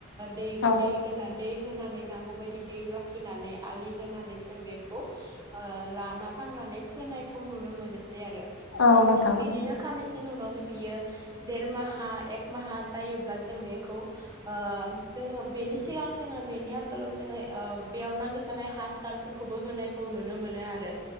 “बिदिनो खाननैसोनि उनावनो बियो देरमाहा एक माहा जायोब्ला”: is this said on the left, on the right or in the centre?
Right